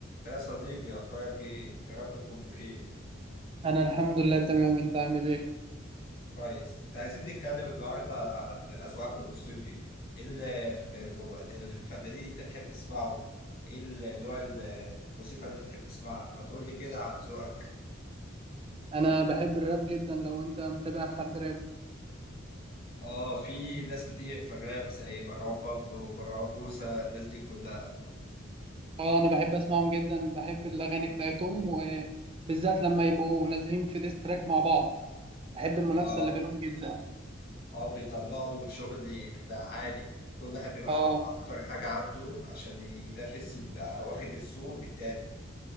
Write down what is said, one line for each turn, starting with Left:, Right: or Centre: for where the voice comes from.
Left: يا صديقي أخبارك إيه؟ يا رب تكون بخير،
Right: انا الحمد لله تمام انت عامل ايه
Left: كويس، كنت عايزين نتكلم النهاردة عن أذواقك الموسيقي، إيه ال- الفنانين اللي أنت تحب تسمعه؟ إيه ال- نوع الموسيقى اللي أنت تحب تسمعها؟ ما تقول لي كده عن ذوقك،
Right: انا بحب الراب جدا لو انت متابع حد راب
Left: آه في ناس كتير في الراب زي مروان بابلو، ومروان موسى، الناس دي كلها،
Right: اه انا بحب اسمعهم جدا بحب الاغاني بتاعتهم وبالذات لما يبقوا نازلين في ديس تراك مع بعض بحب المنافسه
Left: آه
Right: اللي بينهم جدا
Left: آه بيطلعوا شغل بيبقى عالي، كل واحد بيبقى
Right: اه
Left: بيطلع أكتر حاجة عنده عشان ينافس ويبقى واخد السوق بالتاني.